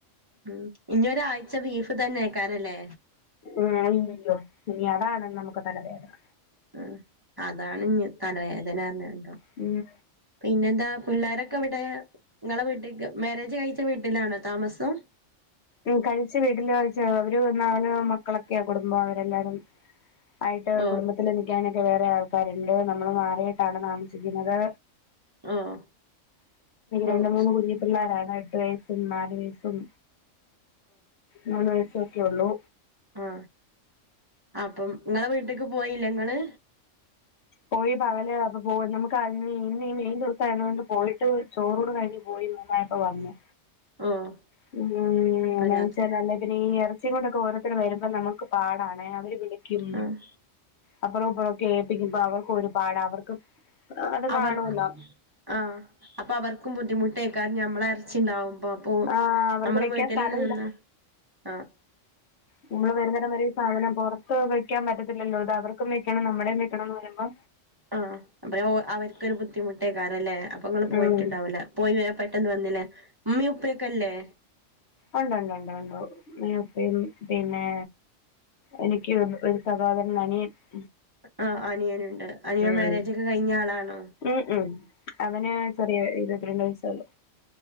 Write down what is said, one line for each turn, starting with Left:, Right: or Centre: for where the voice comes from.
Right: ഉം ഇനിഒരാഴ്ച്ച ബീഫ് തന്നെയ്ക്കാരല്ലേ
Left: ഉം ഇല്ലല്ലോ ഇനിഅതാണ് നമുക്ക്തലവേദന
Right: ഉ അതാണ്ഞ് തലവേദനപറഞ്ഞ
Left: പിന്നെ?
Right: പിന്നെന്താ പിള്ളോരൊക്കെഇവിടെ നിങ്ങളെവീട്ടിക്ക് മാരേജ്ഴിച്ച വീട്ടിലാണോതാമസം?
Left: ഉം കഴിച്ചു വീട്ടില് അവര്നാല് മക്കളൊക്കെയാകുടുംബം അവരെല്ലാരും ആയിട്ട്
Right: ഓഹ്
Left: കുടുംബത്തില് നിക്കാനൊക്കെവേറെ ആൾക്കാരുണ്ട് നമ്മള്മാറിയിട്ടാണ്താമസിക്കുന്നത്
Right: ഓഹ് ഓഹ്
Left: രണ്ട്മൂന്ന്കുഞ്ഞിപിള്ളാര രട്ട് വയസ്സും നാല് വയസും മൂന്ന് വയസൊക്കൊള്ളൂ
Right: ആ അപ്പം ഇങ്ങളെവീട്ടേക്ക്പോയില്ലങ്ങള്?
Left: പോയി പകല് <unintelligible> പോയിട്ട് ചോറൂണ് കഴിഞ്ഞ് പോയി പ്പപറഞ്ഞു
Right: ഓഹ്
Left: <unintelligible>
Right: ഇപ്പം രാത്രി
Left: ഈ ഇറച്ചിയ കൊണ്ടൊക്കെരോ ത്തര് വരുമ്പോമ്മക്ക്പാടണെ അവര് വിളിക്കും
Right: ആഹ്
Left: അപ്പറംഇപ്പറ കേപ്പിക്കുമ്പോ അവർക്ക്ഒരുപാട് അവർക്ക് അത്
Right: അവർക്ക്
Left: കാണുമല്ലോ
Right: ആ അപ്പൊഅവർക്കും ബുദ്ധിമുട്ടേയ്ക്കാരം ഞമ്മളെഎർച്ചിണ്ടാവും അപ്പപ്പോ
Left: ആഹ് അവർക്ക്
Right: നമ്മള്
Left: വെക്കാൻ
Right: വീട്ടിലെന്നനിന്ന്
Left: സ്ഥലമില്ല
Right: ആഹ
Left: നമ്മള് വെരുന്നടംവരെ ഈസാധനം പെറത്ത് വെക്കാൻപറ്റത്തില്ലല്ലോ അതഅവർക്ക് മെക്കണം നമ്മുടേം വെക്കണന്ന് പറയുമ്പോ
Right: ആഹ അതയൊഅവര്ക്കൊരു ബുദ്ധിമുട്ടേയ്ക്കാരല്ലേ? അപ്പങ്ങള്പോയിട്ട്ണ്ടാവൂല
Left: ഉം
Right: പോയിവേം പെട്ടന്ന് വെന്ന്ലേ ഇമ്മീംഉപ്പിയൊക്കെല്ലേ?
Left: ഉണ്ട്ഉണ്ട്ഉണ്ട് ഉണ്ട്ഉമ്മീംഉപ്പീംപിന്നെ എനിക്ക് ഒരു സഹോദര <unintelligible>
Right: ആ അനിയന്ണ്ട് അനിയൻ
Left: ഉം
Right: മാരേജ്ക്കെ കഴിഞ്ഞആളാണോ
Left: ഉം ഉം അവന് ചെറിയ ഇര്‌വത്രണ്ട് വയസ്സൊള്ളു